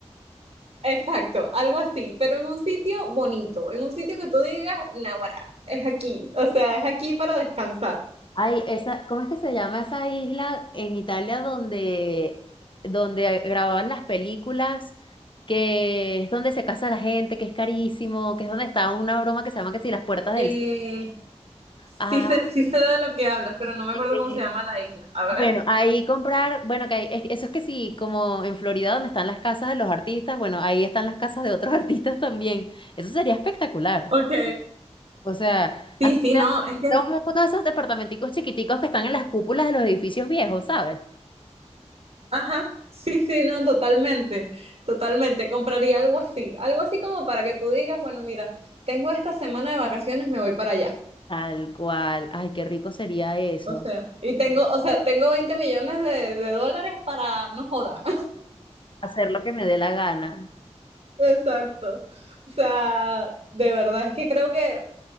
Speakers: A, on the right; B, on the left.
A: Exacto, algo así, pero en un sitio bonito, en un sitio que tú digas, Naguará, es aquí, o sea, es aquí para descansar.
B: Ay, esa, ¿cómo es que se llama esa isla en Italia donde, donde grababan las películas? Que es donde se casa la gente, que es carísimo, que es donde está una broma que se llama que si las puertas
A: Eh,
B: del cielo.
A: sí
B: Ah,
A: sé, sí sé de lo que hablas, pero no me
B: eh,
A: acuerdo cómo se llama la isla. A ver.
B: bueno, ahí comprar, bueno, que ahí- es- eso es que sí, como en Florida donde están las casas de los artistas, bueno, ahí están las casas de otros <laughs> artistas también. Eso sería espectacular.
A: Ok.
B: O sea,
A: Sí,
B: así
A: sí,
B: sea
A: no, es que
B: sea un- uno de esos departamenticos chiquiticos que están en las cúpulas de los edificios viejos, ¿sabes?
A: Ajá, sí, sí, no, totalmente, totalmente. Compraría algo así, algo así como para que tú digas, bueno, mira, tengo esta semana de vacaciones, me voy para allá.
B: Tal cual. Ay, qué rico sería eso.
A: O sea, y tengo, o sea, tengo 20 millones de, de dólares para no joda.
B: Hacer lo que me dé la gana.
A: <laughs> Exacto. O sea, de verdad es que creo que